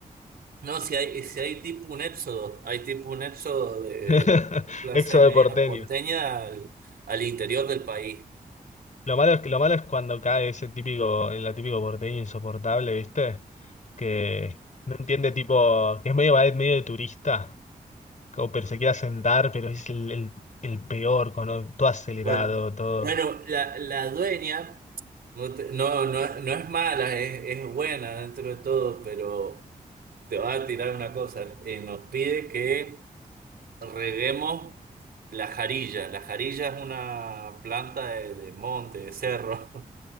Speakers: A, on the right; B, on the left.
A: no, si hay, si hay tipo un éxodo, hay tipo un éxodo de
B: <laughs>
A: clase
B: Éxodo
A: media
B: de porteño.
A: porteña al, al interior del país.
B: Lo malo es que, lo malo es cuando cae ese típico, el típico porteño insoportable, ¿viste? Que no entiende tipo, que es medio va- medio de turista, como pero se quiere sentar, pero es el, el, el peor, con todo acelerado,
A: Bueno,
B: todo.
A: bueno, la, la dueña No, te- no, no es no es mala, es, es buena dentro de todo, pero te va a tirar una cosa. Eh, nos pide que reguemos la jarilla. La jarilla es una planta de, de monte, de cerro, <laughs>